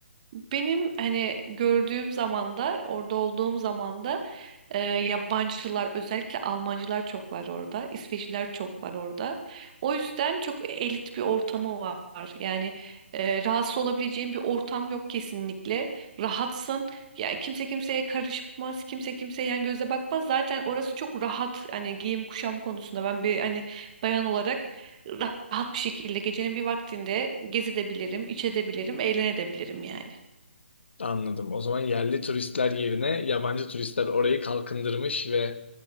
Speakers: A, on the right (about 35°); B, on the left (about 65°).
A: Benim hani gördüğüm zamanda, orada olduğum zamanda e, yabancılar, özellikle Almancılar çok var orada, İsveçliler çok var orada. O yüzden çok elit bir ortamı var. Yani e, rahatsız olabileceğin bir ortam yok kesinlikle. Rahatsın. Yani kimse kimseye karışmaz, kimse kimseye yan göze bakmaz. Zaten orası çok rahat. Hani giyim kuşam konusunda ben bir hani bayan olarak rahat bir şekilde gecenin bir vaktinde gezebilirim, içebilirim, eğlenebilirim yani.
B: Anladım. O zaman yerli turistler yerine yabancı turistler orayı kalkındırmış ve